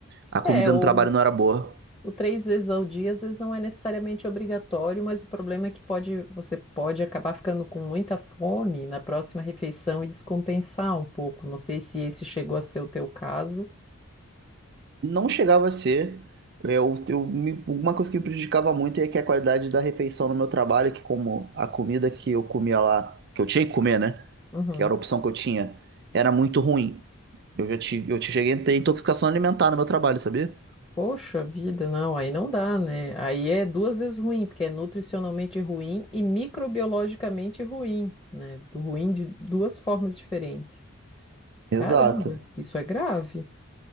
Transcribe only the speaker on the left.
É, o,
O três vezes ao dia, às vezes, não é necessariamente obrigatório, mas o problema é que pode, você pode acabar ficando com muita fome na próxima refeição e descompensar um pouco. Não sei se esse chegou a ser o teu caso.
Uhum.
Poxa vida, não, aí não dá, né? Aí é duas vezes ruim, porque é nutricionalmente ruim e microbiologicamente ruim, né? Do ruim de duas formas diferentes.
Caramba, isso é grave.